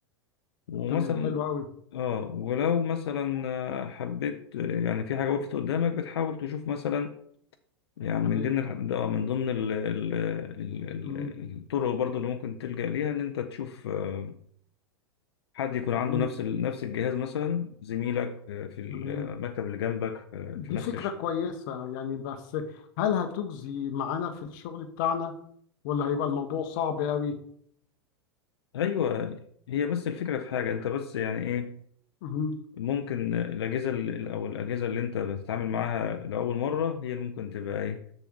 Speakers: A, on the left (about 65°); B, on the left (about 50°).
A: ومثلا
B: تمام حلو قوي
A: اه ولو مثلا آه، حبيت آه، يعني في حاجة وقفت قدامك بتحاول تشوف مثلا يعني
B: تمام
A: من ضمن الح- ده- آه، من ضمن ال ال ال ال
B: مم.
A: الطرق برضو اللي ممكن تلجأ ليها ان انت تشوف آه، حد يكون عنده
B: مم.
A: نفس ال- نفس الجهاز مثلا زميلك آه، في المكتب
B: تمام
A: اللي جنبك آه،
B: دي
A: في نفس
B: فكرة
A: الش...
B: كويسة يعني بس هل هتجزي معانا في الشغل بتاعنا ولا هيبقى الموضوع صعب قوي
A: ايوه هي بس الفكرة في حاجة انت بس يعني ايه
B: مم.
A: ممكن الأجهزة ال- او الأجهزة اللي انت بتتعامل معاها لأول مرة هي اللي ممكن تبقى ايه